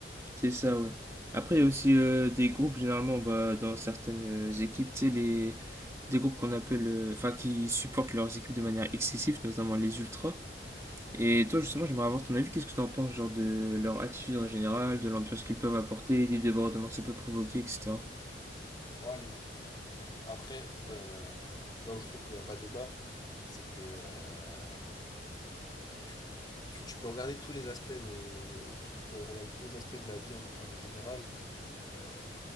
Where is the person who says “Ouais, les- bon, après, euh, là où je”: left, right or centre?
Left